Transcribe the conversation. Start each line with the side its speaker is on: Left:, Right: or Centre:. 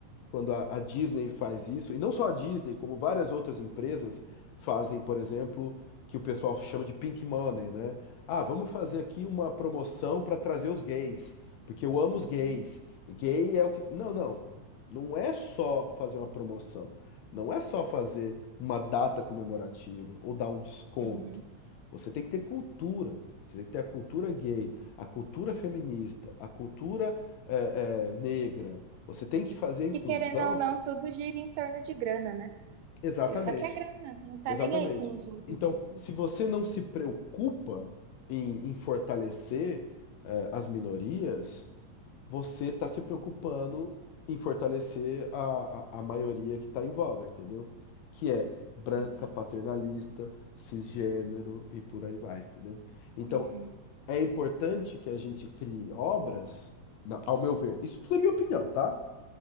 Left: quando a, a Disney faz isso, e não só a Disney, como várias outras empresas fazem, por exemplo, que o pessoal chama de pink money, né? Ah, vamos fazer aqui uma promoção para trazer os gays, porque eu amo os gays.
Right: hum,
Left: Gay é o que. Não, não. Não é só fazer uma promoção. Não é só fazer uma data comemorativa ou dar um desconto.
Right: uhum.
Left: Você tem que ter cultura. Você tem que ter a cultura gay, a cultura feminista, a cultura eh, eh, negra. Você tem que fazer a inclusão.
Right: Que querendo ou não, tudo gira em torno de grana, né?
Left: Exatamente,
Right: Tipo, Só que é grana, não tá
Left: exatamente.
Right: nem aí com os outros
Left: Então,
Right: em si.
Left: se você não se preocupa em, em fortalecer, eh, as minorias, você está se preocupando em fortalecer a, a, a maioria que está em voga, entendeu? Que é branca,
Right: Entendi.
Left: paternalista, cisgênero e por aí vai, entendeu? Então,
Right: Uhum.
Left: é importante que a gente crie obras, na- ao meu ver, isso tudo é minha opinião, tá?